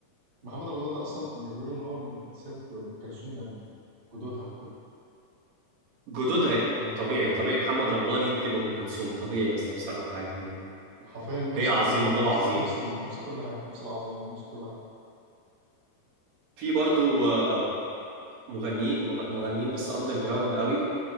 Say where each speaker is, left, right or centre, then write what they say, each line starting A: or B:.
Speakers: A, on the right; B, on the right.
A: محمد رمضان ده اصلا بيقولوا ان هو من انساب ام كلثوم يعني من جدودها وكده
B: جدودها
A: مش عارف
B: هي... ما هو طبيعي طبيعي محمد رمضان ينتج ام كلثوم طبيعي يا اسطى بصراحه يعني
A: حرفيا نفس
B: هي عظيمه
A: التون ونفس
B: هو عظيم
A: نفس ال... نفس كل حاجه نفس العظمه ونفس كل حاجه
B: في برضو آه، مغنيين مغ... مغنيين بس اندر جراوند قوي